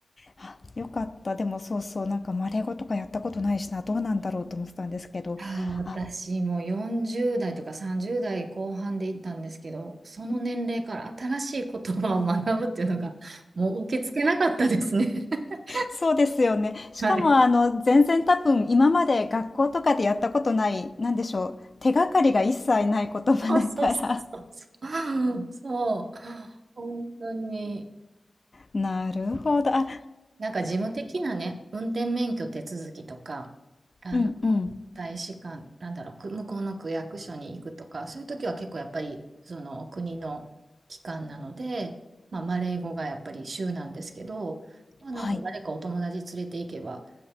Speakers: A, on the left; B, on the right.
A: あ、よかった。でもそうそう、なんかマレゴ語とかやったことないしな、どうなんだろうと思ってたんですけど、
B: あー私も40代とか30代後半で行ったんですけど、
A: あ、
B: その年齢から新しい言葉を学ぶっていうのが、もう受け付けなかったですね。<laughs>
A: そうですよね。しかもあの、
B: はい。
A: 全然多分今まで学校とかでやったことない、なんでしょう、手がかりが一切ない言葉だから。
B: そうそうそうそう。そう。本当に。
A: なるほど。あ、
B: なんか事務的なね、運転免許手続きとか、あの、
A: うんうん。
B: 大使館、なんだろう、く向こうの区役所に行くとか、そういう時は結構やっぱり、その国の機関なので、まあ、マレー語がやっぱり州なんですけど、まあ、なんか誰かお友達連れて行けば
A: はい。